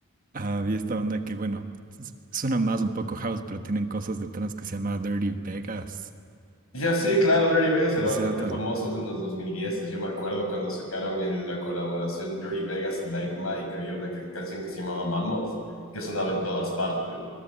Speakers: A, on the right (about 40°); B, on the left (about 85°).
A: Había esta banda que, bueno, s- suena más un poco house, pero tienen cosas de trance que se llama Dirty Vegas,
B: ya sí, claro, Dirty Vegas era
A: ¿no
B: bastante
A: es cierto?
B: famosos en los dos mil diez. Yo me acuerdo cuando sacaron el- la colaboración Dirty Vegas y Like Mike, había una ca- canción que se llamaba Mammoth, que sonaba en todas partes.